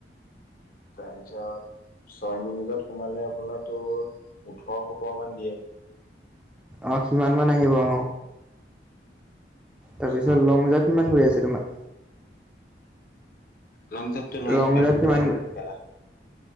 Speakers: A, on the left; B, in the centre.
A: তাৰপিছত ছয় মিনিটত সোমালে বোলে তোৰ ওঠৰ সোতৰ মান দিয়ে
B: অ সিমান মান আহিব অ তাৰপিছত
A: ছয়
B: লং জাম কিমান গৈ আছে তোমাৰ
A: লং জাপটো লোৱা
B: লং
A: জপিয়াব
B: জাম্প
A: নোৱাৰা
B: কিমান
A: হৈ
B: গৈ
A: থাকিলোঁ কেলা